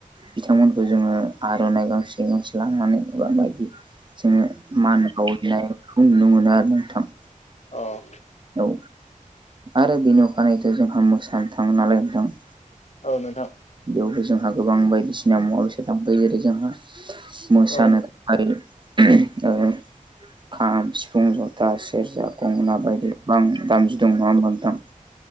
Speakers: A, on the right; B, on the left.
A: बिथांमोनखौ जोङो आर'नाइ गांसे गांसे लानानै एबा बायदि जोङो मान बावहैनायखौ नुनो मोनो आरो नोंथां
B: औ
A: औ आरो बेनि अखानायैथ' जोंहा मोसानो थाङो नालाय नोंथां
B: औ नोंथां
A: बेयावबो जोंहा गोबां बायदिसिना मुवा बेसाद लांबाय जेरै जोंहा मोसानो
B: औ
A: आरो ओ खाम सिफुं जथा सेरजा गंगोना बायदि गोबां दामजु दं नङा होमबा नोंथां